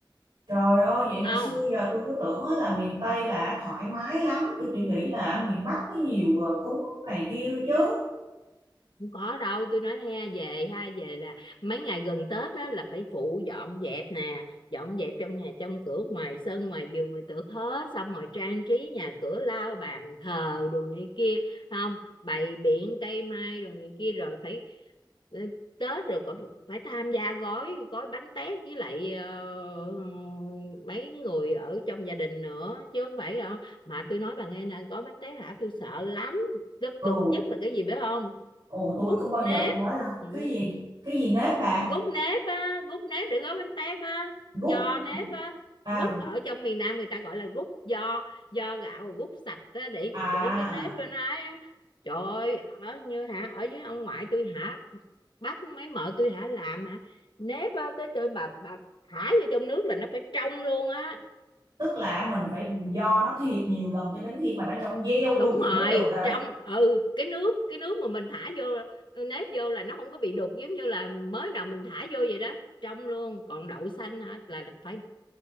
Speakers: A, on the right; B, on the left.
A: trời ơi vậy mà
B: Không
A: xưa giờ tôi cứ tưởng á là miền Tây là thoải mái lắm tôi chỉ nghĩ là miền Bắc có nhiều ờ, cúng này kia thôi chứ
B: không có đâu tôi nói ha về ha về là mấy ngày gần Tết đó là phải phụ dọn dẹp nè dọn dẹp trong nhà trong cửa ngoài sân ngoài vườn ngoài tược hết xong rồi trang trí nhà cửa lau bàn thờ đồ này kia không bày biện cây mai đồ này kia rồi phải ừ, Tết rồi còn phải tham gia gói gói bánh tét với lại ờ, mấy người ở trong gia đình nữa chứ không phải không? mà tôi nói bà nghe nè gói bánh tét hả tôi sợ lắm nó
A: ồ
B: cực nhất là cái gì biết không
A: ồ tôi
B: gút
A: có bao
B: nếp
A: giờ tôi nói đâu
B: ừ.
A: cái gì cái gì nếp bà
B: gút nếp á gút nếp để gói bánh tét á
A: gút
B: giò nếp á
A: à
B: gút ở trong miền Nam người ta gọi là gút giò giò gạo gút sạch á để
A: à
B: để cái nếp bên ấy á trời ơi ở như hả ở dưới ông ngoại tôi hả bắt mấy mợ tôi hả làm hả nếp á tới tới bà bà thả vô trong nước là nó phải trong luôn á
A: Tức là mình phải do nó thiệt nhiều lần cho đến khi mà nó trong gieo luôn
B: đúng
A: thì mới
B: rồi
A: được hả?
B: trong ừ cái nước cái nước mà mình thả vô ờ, nếp vô là nó không có bị đục giống như là mới nào mình thả vô vậy đó trong luôn còn đậu xanh hả là phải